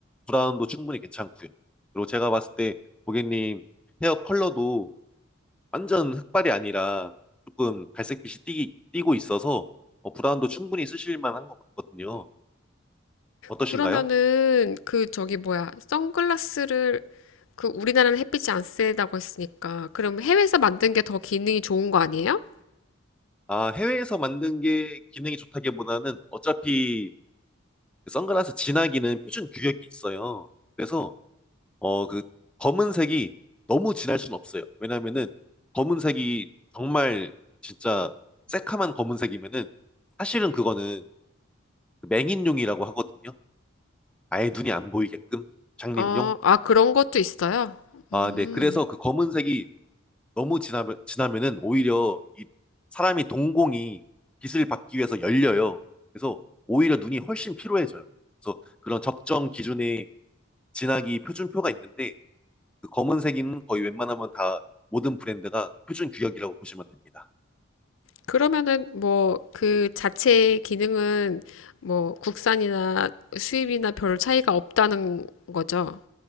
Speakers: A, in the centre; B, on the left.
A: 브라운도 충분히 괜찮고요. 그리고 제가 봤을 때 고객님 헤어 컬러도 완전 흑발이 아니라 조금 갈색빛이 띠, 띠고 있어서 어, 브라운도 충분히 쓰실 만한 것 같거든요. 어떠신가요?
B: 그러면은 그 저기 뭐야, 선글라스를 그 우리나라는 햇빛이 안 세다고 했으니까 그럼 해외에서 만든 게 더 기능이 좋은 거 아니에요?
A: 아, 해외에서 만든 게 기능이 좋다기보다는 어차피 그 선글라스 진하기는 표준 규격이 있어요. 그래서 어, 그 검은색이 너무 진할 순 없어요. 왜냐면은 검은색이 정말 진짜 새카만 검은색이면은 사실은 그거는 그 맹인용이라고 하거든요. 아예 눈이 안 보이게끔 장님용.
B: 어, 아, 그런 것도 있어요.
A: 아,
B: 음,
A: 네. 그래서 그 검은색이 너무 지나면 지나면은 오히려 이 사람이 동공이 빛을 받기 위해서 열려요. 그래서 오히려 눈이 훨씬 피로해져요. 그래서 그런 적정 기준의 진하기 표준표가 있는데 그 검은색인 거의 웬만하면 다 모든 브랜드가 그 표준 규격이라고 보시면 됩니다.
B: 그러면은 뭐 그 자체 기능은 뭐 국산이나 수입이나 별 차이가 없다는 거죠.